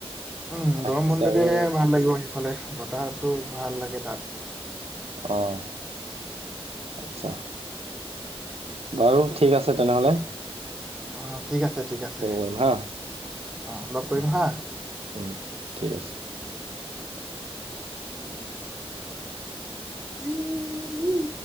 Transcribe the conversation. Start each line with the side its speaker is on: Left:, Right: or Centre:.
Centre: উম
Right: আহি
Centre: গৰম
Right: আছে
Centre: বন্ধতে
Right: আৰু
Centre: ভাল লাগিব সিফালে বতাহটো ভাল লাগে তাত।
Right: অঁহ, আচ্ছা। বাৰু ঠিক আছে তেনেহ'লে।
Centre: অ ঠিক আছে ঠিক আছে।
Right: কল কৰিম হা
Centre: আহ লগ
Right: উম,
Centre: কৰিম হাঁ।
Right: উম, ঠিক আছে
Centre: উম <unintelligible>